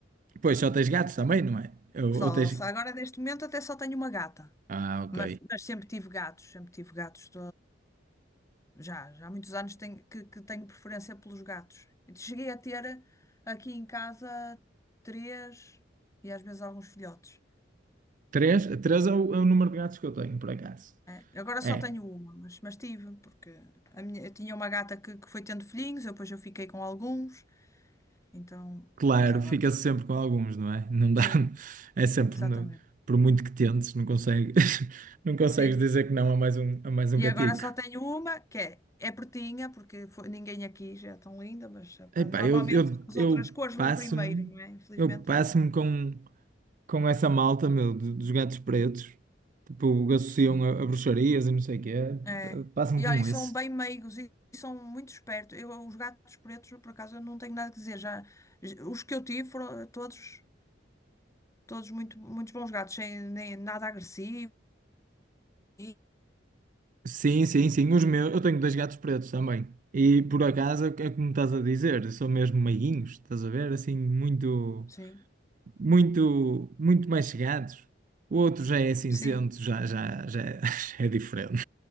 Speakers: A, on the right; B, on the left.
A: Pois, só tens gatos também, não é? Ou,
B: Só,
A: ou tens...
B: só agora, neste momento, até só tenho uma gata.
A: Ah, ok.
B: Mas, mas sempre tive gatos, sempre tive gatos. Já, já há muitos anos tenho, que, que tenho preferência pelos gatos. Cheguei a ter eh, aqui em casa três e às vezes alguns filhotes.
A: Três? Três é o, é o número de gatos que eu tenho, por acaso.
B: É, agora só
A: É.
B: tenho uma, mas, mas tive, porque a minha, eu tinha uma gata que, que foi tendo filhinhos, eu depois eu fiquei com alguns, então,
A: Claro,
B: mas agora
A: fica-se sempre com alguns, não é? Não dá,
B: sim,
A: é sempre,
B: exatamente.
A: no- por muito que tentes, não consegues, <laughs> não consegues
B: Sim.
A: dizer que não a mais um, a mais um
B: E
A: gatico.
B: agora só tenho uma, que é, é pretinha, porque foi- ninguém aqui já é tão linda, mas sabe, quando-
A: Epá,
B: normalmente
A: eu, eu,
B: as
A: eu
B: outras cores
A: passo-me,
B: vão primeiro, não é? Infelizmente.
A: eu passo-me com, com essa malta, meu, do- dos gatos pretos, tipo, associam
B: Sim.
A: a, a bruxarias e não sei o quê,
B: É.
A: Eu passo-me
B: E
A: com
B: olha, e são
A: isso.
B: bem meigos e são muito espertos. Eu, os gatos pretos, por acaso, eu não tenho nada a dizer. Já, os que eu tive foram todos, todos muito, muitos bons gatos, sem nem, nada agressivo. e-
A: Sim, sim, sim, os meus, eu tenho dois gatos pretos também. E por acaso, é como estás a dizer, são mesmo meiguinhos, estás a ver? Assim, muito.
B: Sim,
A: muito, muito mais chegados. O outro já é cinzento,
B: sim.
A: já, já, já, é <laughs> já é diferente.